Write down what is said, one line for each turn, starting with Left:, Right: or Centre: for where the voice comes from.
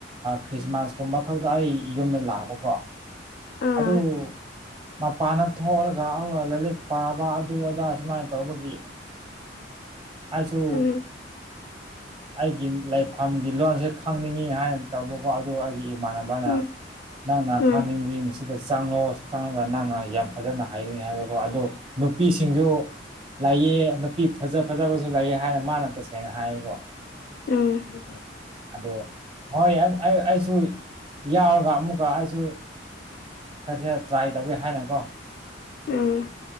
Right: ꯈ꯭ꯔꯤꯁꯃꯥꯁꯀꯨꯝꯕ ꯈꯛꯗ ꯑꯩ ꯌꯨꯝꯗ ꯂꯥꯛꯑꯕꯀꯣ
Left: ꯑꯥ
Right: ꯑꯗꯨ ꯃꯄꯥꯟꯅ ꯊꯣꯛꯑꯒ ꯑꯗꯨꯒ ꯂꯥꯏꯂꯤꯛ ꯄꯥꯕ ꯑꯗꯨ ꯑꯗꯥ ꯁꯨꯃꯥꯏꯅ ꯇꯧꯕꯒꯤ ꯑꯩꯁꯨ
Left: ꯎꯝ
Right: ꯑꯩꯒꯤ ꯂꯩꯐꯝꯒꯤ ꯂꯣꯟꯁꯦ ꯈꯪꯅꯤꯡꯉꯤ ꯍꯥꯏꯅ ꯇꯧꯕꯀꯣ ꯑꯗꯨ ꯑꯩꯒꯤ ꯏꯃ ꯃꯥꯅ
Left: ꯎꯝ
Right: ꯅꯪꯅ ꯈꯥꯡꯅꯤꯡꯔꯤꯗ
Left: ꯎꯝ
Right: ꯆꯪꯂꯉꯣꯑꯣ ꯆꯪꯉꯒ ꯅꯪꯅ ꯌꯥꯝ ꯑꯗꯨꯖꯅ ꯍꯥꯏꯔꯤꯅꯤ ꯍꯥꯏꯕꯒ ꯑꯗꯨꯗꯣ ꯅꯨꯄꯤꯁꯤꯡꯁꯨ ꯂꯩꯑ ꯅꯨꯄꯤ ꯐꯖ ꯐꯖꯕꯁꯨ ꯂꯩꯑ ꯍꯥꯏꯅ ꯃꯥꯅ ꯇꯁꯦꯡꯅ ꯍꯥꯏꯌꯦꯀꯣ
Left: ꯎꯝ
Right: ꯑꯗꯣ ꯍꯣꯏ ꯑꯩ ꯑꯩꯁꯨ ꯌꯥꯎꯔꯒ ꯑꯃꯨꯛꯀ ꯑꯩꯁꯨ ꯀꯔꯤꯁꯤ ꯇ꯭ꯔꯥꯏ ꯇꯧꯒꯦ ꯍꯥꯏꯅꯀꯣ
Left: ꯎꯝ